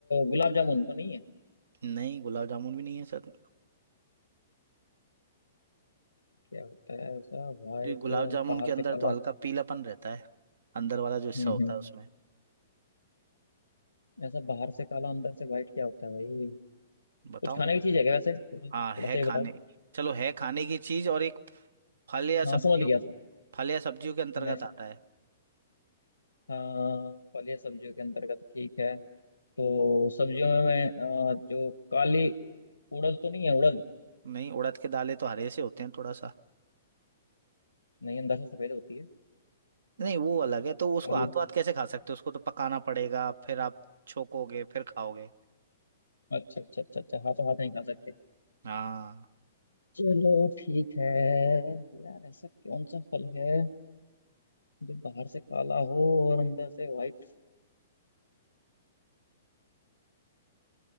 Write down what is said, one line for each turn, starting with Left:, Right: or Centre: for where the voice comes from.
Left: गुलाब जामुन तो नहीं है
Right: नहीं गुलाब जामुन भी नहीं है सर
Left: क्या होता है ऐसा वाइट
Right: ये गुलाब
Left: जो
Right: जामुन
Left: बाहर
Right: के अंदर
Left: से काला
Right: तो हल्का पीलापन रहता है अंदर वाला जो हिस्सा
Left: हम्म
Right: होता
Left: हम्म
Right: है उसमें
Left: ऐसा बाहर से काला अंदर से वाइट क्या होता है भाई
Right: बताऊं
Left: कुछ खाने की चीज है क्या वैसे थोड़ा थोड़ा
Right: हाँ है
Left: सा ये
Right: खाने
Left: बताओ
Right: चलो है खाने की चीज और एक फल या सब्जियों
Left: हाँ समझ गया सर
Right: फल या सब्जियों के अंतर्गत
Left: मैं सर
Right: आता है
Left: हाँ फल या सब्जियों के अंतर्गत ठीक है तो सब्जियों में मैं अ, जो काली उड़द तो नहीं है उड़द
Right: नहीं उड़द के दालें तो हरे से होते हैं थोड़ा सा
Left: नहीं अंदर से सफेद होती है
Right: नहीं वो अलग है तो उसको
Left: काली
Right: हाथों हाथ कैसे खा सकते हो उसको तो पकाना पड़ेगा फिर आप छोकोगे फिर खाओगे
Left: अच्छा अच्छा अच्छा अच्छा हाँ तो हाथ नहीं खा सकते
Right: हाँ
Left: चलो ठीक है यार ऐसा कौन सा फल है जो बाहर से काला हो और अंदर से व्हाइट